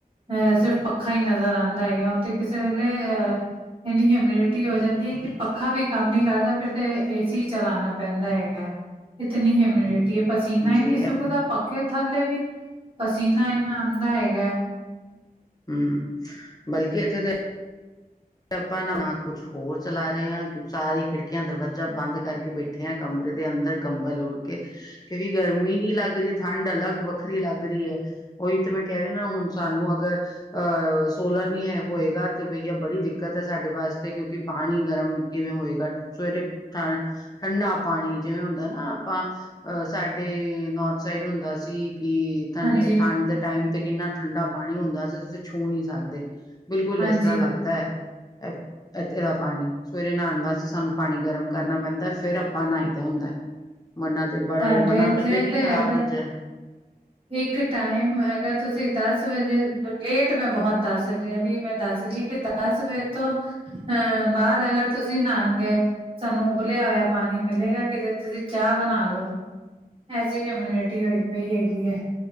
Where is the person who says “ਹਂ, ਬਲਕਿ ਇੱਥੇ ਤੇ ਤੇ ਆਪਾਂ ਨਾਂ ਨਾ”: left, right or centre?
Left